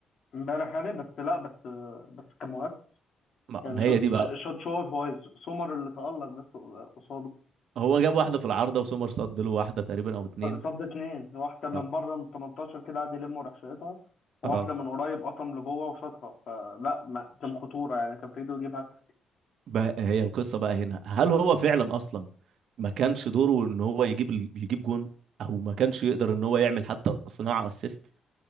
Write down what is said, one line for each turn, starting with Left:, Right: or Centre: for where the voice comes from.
Left: امبارح يعني بس لا بس بس كان مؤثر
Right: ما
Left: يعني
Right: ما
Left: شوت
Right: هي دي بقى
Left: شوت شوت هو سومر اللي تألق بس قصاده
Right: هو جاب واحدة في العارضة وسومر صد له واحدة تقريبا أو اتنين
Left: صد اتنين واحدة من
Right: اه
Left: بره من 18 كده قعد يلم وراح شايطها وواحدة
Right: اه
Left: من قريب قطم لجوه وشاطها فلا ما كان خطورة يعني كان في ايده يجيب هاتريك
Right: بقى هي القصة بقى هنا هل هو فعلا أصلا ما كانش دوره إن هو يجيب ال- يجيب جون أو ما كانش يقدر إن هو يعمل حتى صناعة اسيست